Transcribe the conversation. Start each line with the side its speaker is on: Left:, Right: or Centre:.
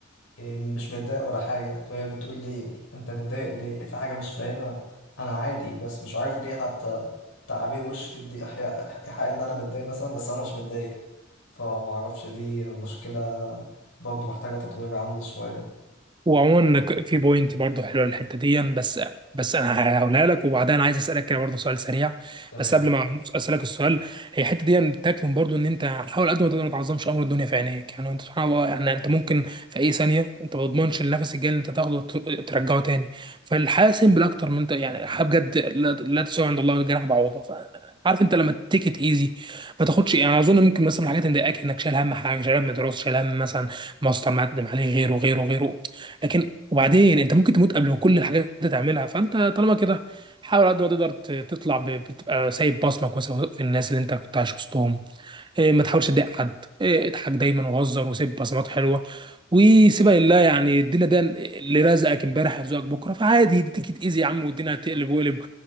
Left: إيه، مش متضايق ولا حاجة فهي بتقول لي انت متضايق ليه في حاجة مش فاهمها انا عادي بس مش عارف ليه حتى تعابير وشي تدي ايحاء إيحاء ان انا متضايق مثلا بس انا مش متضايق فما اعرفش دي مشكلة برضو محتاجة تطوير عندي شوية
Right: وعموما إنك في بوينت برضه حلوه الحته دي بس بس انا هقولها لك وبعدها انا عايز اسالك كده برضه سؤال سريع
Left: تمام
Right: بس قبل ما اسالك السؤال هي الحته دي بتكمن برضه ان انت حاول قد ما تقدر ما تعظمش امر الدنيا في عينيك يعني انت سبحان الله يعني انت ممكن في اي ثانيه انت ما تضمنش النفس الجاي اللي انت تاخده ت- ترجعه تاني فالحاسم بالاكتر من انت يعني الحياة بجد لا, لا تساوي عند الله جناح بعوضه ف- عارف انت لما تيك ات ايزي ما تاخدش يعني اظن ممكن مثلا حاجات مضايقاك انك شايل هم حاجه شايل هم دراسه شايل هم مثلا ماستر مقدم عليه غيره غيره غيره لكن وبعدين انت ممكن تموت قبل ما كل الحاجات دي تعملها فانت طالما كده حاول على قد ما تقدر ت- تطلع ب- بتبقى سايب بصمك وس- في الناس اللي انت كنت عايش وسطهم إيه، ما تحاولش تضايق حد إيه، اضحك دايما وهزر وسيب بصمات حلوه وسيبها لله يعني الدنيا ده اللي رزقك امبارح يرزقك بكره فعادي دي تيجي تاذي يا عم والدنيا هتقلب وقلب